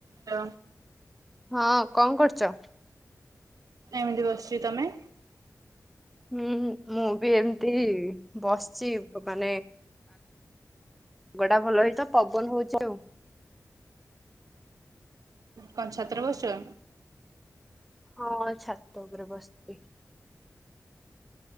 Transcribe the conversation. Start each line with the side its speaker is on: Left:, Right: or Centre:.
Right: ହ
Centre: ହଁ କଣ କରୁଛ?
Right: ଏମିତି ବସିଛି ତମେ।
Centre: ହୁଁ, ମୁଁ ବି ଏମତି ବସିଛି ମାନେ ପାଗଟା ଭଲ ହେଇ ତ ପବନ ହଉଛି ଆଉ
Right: କଣ ଛାତରେ ବସିଛ?
Centre: ହଁ ଛାତ ଉପରେ ବସିଛି।